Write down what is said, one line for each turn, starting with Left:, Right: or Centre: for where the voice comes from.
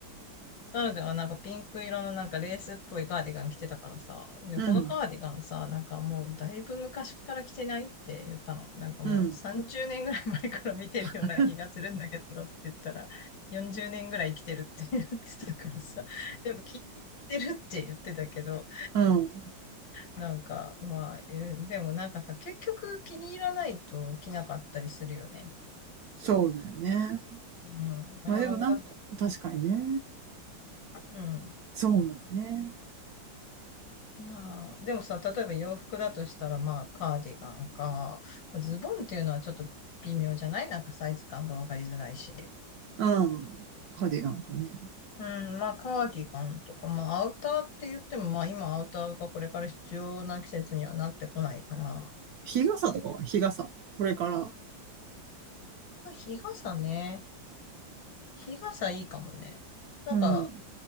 Left: なので、あなんかピンク色のなんかレースっぽいカーディガン着てたからさ、ねこのカーディガンさ、
Right: うん、
Left: なんかもうだいぶ昔から着てないって言ったの。なんかもう30年ぐらい前から見てるような気がするんだけどって言ったら、
Right: うん、<laughs>
Left: 40年ぐらい着てるって言ってたからさ、<laughs> でも気に入ってるって言ってたけど、
Right: うん。
Left: なんかまあ、えでもなんかさ、結局気に入らないと着なかったりするよね。
Right: そうだよね。
Left: うん、あれは難しい。
Right: まあでもなんか、確かにね。
Left: うん。
Right: そうだね。
Left: まあ、でもさ、例えば洋服だとしたら、まあ、カーディガンか、ズボンっていうのはちょっと微妙じゃないなんかサイズ感がわかりづらいし。
Right: うん。カーディガンかね。
Left: うん、まあ、カーディガンとか、まあ、アウターって言っても、まあ、今アウターがこれから必要な季節にはなってこないから、
Right: 日傘とかは日傘。これから。
Left: まあ、日傘ね。日傘いいかもね。なんか、
Right: うん、うん、